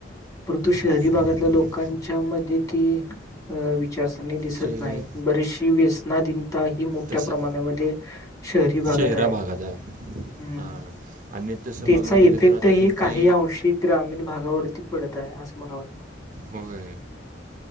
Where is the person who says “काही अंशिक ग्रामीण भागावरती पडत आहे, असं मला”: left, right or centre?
Left